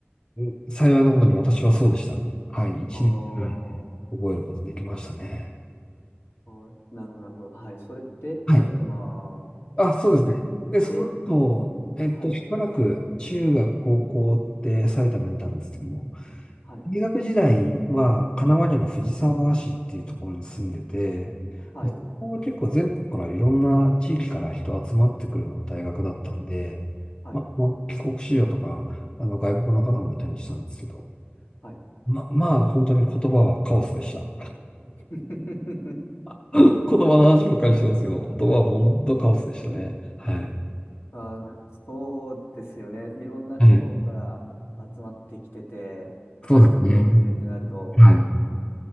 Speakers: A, on the left; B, on the left.
A: うん幸いなことに私はそうでした。はい。一年うんぐらいで覚えることできましたね。
B: あーあー、なるほど、なるほど。はい。それで、
A: はい
B: 埼玉
A: あ、そうですね。
B: に行っ
A: で、その後、
B: て、
A: えっと、
B: はい、
A: しばらく中学、高校って埼玉にいたんですけども、
B: はい、
A: 大学時代は神奈川県の藤沢市っていうところに住んでて、
B: はい、
A: そこは結構全国からいろんな地域から人集まってくるような大学だったんで、
B: はい、
A: まあ、あの帰国子女とか、あの外国の方もいたりしたんですけど、
B: はい。
A: ま、まあ本当に言葉はカオスでした。
B: <laughs>
A: <laughs> 言葉の話ばっかりしてますけど、言葉は本当カオスでしたね。はい。
B: まあ、そうですよね。いろんな地方か
A: はい。
B: ら集まってきてて、外国人もいてってなると、
A: そうですね。はい。